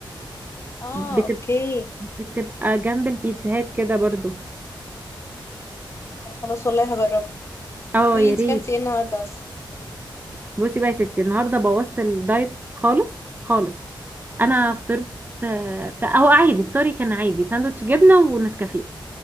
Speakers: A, on the left (about 30°); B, on the right (about 20°).
A: اه
B: بتب-
A: اوكي
B: بتبقى جنب البيتزاهات كده برضو
A: لا خلاص والله هجربها
B: اه
A: قولي
B: يا
A: انتي
B: ريت
A: كلتي ايه النهارده اصلا
B: بصي بقى يا ستي النهارده بوظت الدايت خالص خالص
A: شاطر
B: انا فطرت آه، بتاع هو عادي فطاري كان عادي ساندوتش جبنه ونسكافيه